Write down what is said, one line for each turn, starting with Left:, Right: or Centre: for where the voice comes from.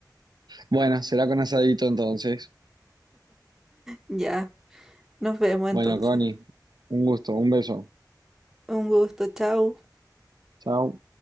Right: Bueno, será con asadito entonces.
Centre: Ya, nos vemos entonces.
Right: Bueno, Connie, un gusto, un beso.
Centre: Un gusto, chao.
Right: Chao.